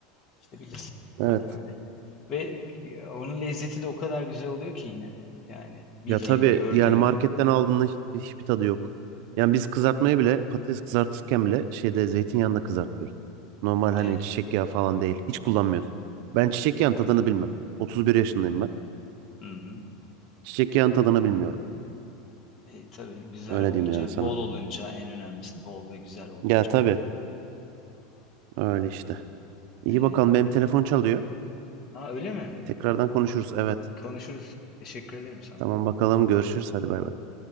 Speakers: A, on the left (about 45°); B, on the right (about 65°).
A: İşte bilirsin.
B: Evet.
A: Yani öyle. Ve onun lezzeti de o kadar güzel oluyor ki yine. Yani bildiğin,
B: Ya tabii
A: gördüğün.
B: yani marketten aldığında hiç- hiçbir tadı yok. Yani biz kızartmayı bile patates kızartırken bile şeyde zeytinyağında kızartıyoruz. Normal
A: Ne?
B: hani çiçek yağı falan değil. Hiç kullanmıyoruz. Ben çiçek yağının tadını bilmem. 31 yaşındayım ben.
A: Hı hı.
B: Çiçek yağının tadını bilmiyorum.
A: E, tabii güzel
B: Öyle
A: olunca,
B: diyeyim yani sana.
A: bol olunca en önemlisi bol ve güzel olunca.
B: Ya tabii öyle işte. İyi
A: E,
B: bakalım benim telefon çalıyor.
A: ha öyle mi?
B: Tekrardan konuşuruz. Evet.
A: Konuşuruz. Teşekkür ederim sana.
B: Tamam bakalım görüşürüz. Hadi bay bay.